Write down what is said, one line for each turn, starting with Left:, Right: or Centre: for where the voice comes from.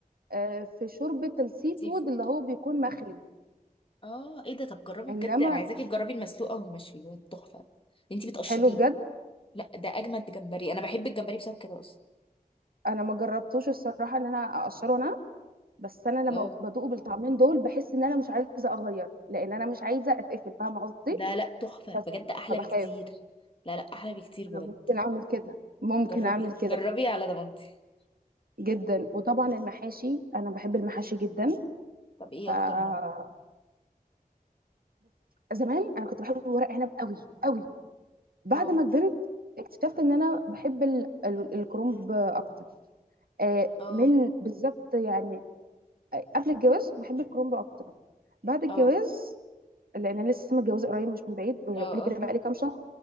Right: آه، في شوربه السي فود
Left: سي فود
Right: اللي هو بيكون مخلي
Left: اه ايه ده طب جربي
Right: انما
Left: بجد انا عايزاكي تجربي المسلوق او المشوي بجد تحفه انتي بتقشريه
Right: حلو بجد
Left: لا ده اجمد جمبري انا بحب الجمبري بسبب كده اصلا
Right: انا ما جربتوش الصراحه ان انا اقشره انا بس انا لما
Left: اه
Right: بدوق بالطعمين دول بحس ان انا مش عايزه اغير لان انا مش عايزه اتقفل فاهمه قصدي
Left: لا لا تحفه
Right: بس
Left: بجد احلى
Right: فبخاف
Left: بكتير لا لا احلى بكتير بجد
Right: انا ممكن اعمل كده ممكن
Left: جربي
Right: اعمل كده
Left: جربي على ضمانتي
Right: جدا وطبعا المحاشي انا بحب المحاشي جدا
Left: طب ايه
Right: فبصي
Left: اكتر نوع
Right: زمان انا كنت بحب ورق عنب قوي قوي بعد
Left: اه
Right: ما كبرت اكتشفت ان انا بحب ال- ال- الكرومب اكتر آه،
Left: اه
Right: من بالظبط يعني آه، قبل الجواز بحب الكرومب اكتر بعد الجواز
Left: اه
Right: لان انا لسه متجوزه قريب مش من بعيد بقولي
Left: اه
Right: كده
Left: اه
Right: بقالي كام شهر